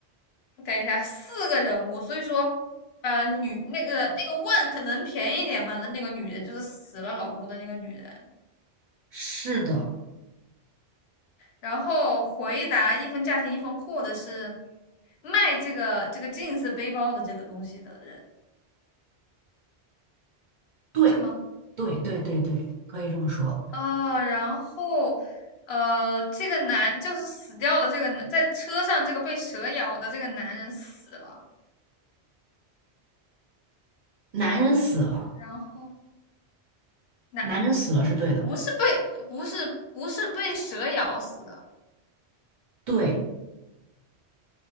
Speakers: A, on the left; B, on the right.
A: 等一下，四个人物，所以说，呃，女那个那个问可能便宜一点嘛的那个女人就是死了老公的那个女人，
B: 是的，
A: 然后回答一分价钱一分货的是卖这个这个 jeans 背包的这个东西的人，
B: 对
A: 是吗？
B: 对对对对，可以这么说。
A: 哦，然后，呃，这个男就是死掉了，这个男在车上这个被蛇咬的这个男人死了，
B: 男人死了，
A: 然后男
B: 男人死了是对的。
A: 不是被不是不是被蛇咬死的
B: 对，